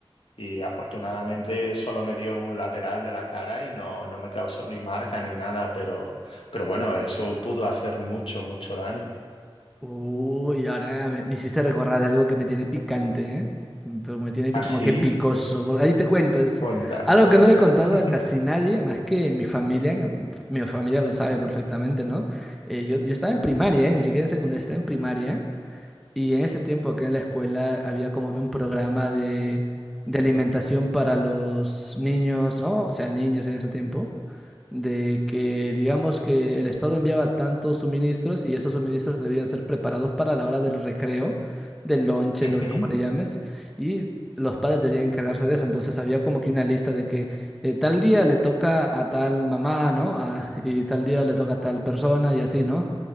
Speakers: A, on the left; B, in the centre.
A: Y afortunadamente solo me dio en un lateral de la cara y no, no me causó ni marca ni nada, pero, pero bueno, eso pudo hacer mucho, mucho daño.
B: Uy, ahora me, me hiciste recordar de algo que me tiene picante, ¿eh? Mm, Pero me tiene pi-
A: Así,
B: como que picoso. porque Ahí te cuento, es
A: cuenta,
B: algo
A: cuenta.
B: que no le he contado
A: <laughs>
B: a casi nadie, más que mi familia. que mm, Mi familia lo sabe perfectamente, ¿no? Eh, yo, yo estaba en primaria, ¿eh? Ni siquiera en secundaria, estaba en primaria. Y en ese tiempo acá en la escuela había como que un programa de, de alimentación para los niños, ¿no? O sea, niños en ese tiempo, de que digamos que el Estado enviaba tantos suministros y esos suministros debían ser preparados para la hora del recreo, del lonche,
A: Ujú.
B: lo que como le llames, y los padres debían encargarse de eso. Entonces había como que una lista de que eh, tal día le toca a tal mamá, ¿no? A- y tal día le toca a tal persona y así, ¿no?